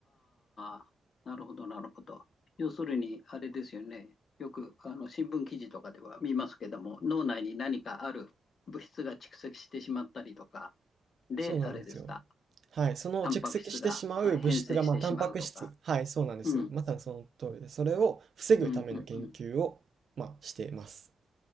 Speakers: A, on the left (about 55°); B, on the right (about 50°).
A: あ、なるほど、なるほど。要するに、あれですよね。よく、あの、新聞記事とかでは見ますけども、脳内に何かある物質が蓄積してしまったりとか、で、
B: そうなんですよ。
A: あれですか、
B: はい、その蓄積してしまう物質が、
A: タンパク質があ変性してしまうとか。
B: まあ、タンパク質はい、そうなんですよ。
A: うん、
B: まさにその通りで、それを防ぐための研究を、
A: うん、うん、うん。
B: まあ、しています。